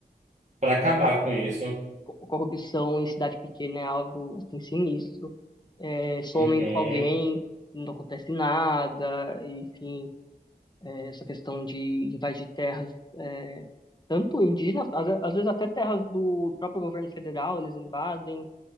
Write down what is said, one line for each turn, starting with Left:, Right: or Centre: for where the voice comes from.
Right: para acabar com isso.
Left: Co- Corrupção em cidade pequena é algo, assim, sinistro. É, somem
Right: Uhum,
Left: com alguém, não acontece nada. Enfim, é, essa questão de invadir terras, é, tanto indígenas, às, ve- às vezes até terras do próprio governo federal, eles invadem.